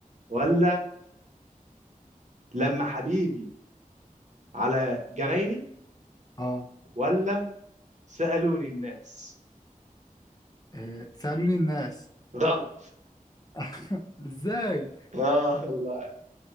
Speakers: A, on the right; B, on the left.
A: ولا لما حبيبي على جنايني
B: اه
A: ولا سألوني الناس
B: آه، سألوني الناس
A: غلط
B: <laughs> ازاي
A: اه الله